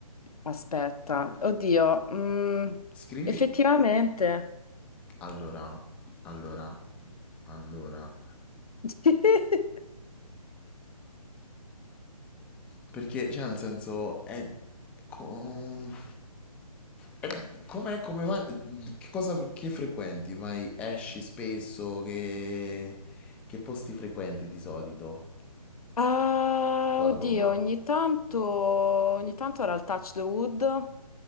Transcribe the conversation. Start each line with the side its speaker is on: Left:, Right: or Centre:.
Left: Aspetta. Oddio. mm,
Centre: Scrivi
Left: effettivamente.
Centre: allora, allora, allora,
Left: <laughs>
Centre: perché cioè nel senso è, com- è com'è come vai, che cosa che frequenti? Vai, esci spesso, che, che posti frequenti di solito
Left: Ah,
Centre: qua
Left: oddio,
Centre: a Roma?
Left: ogni tanto, ogni tanto era il touch the wood.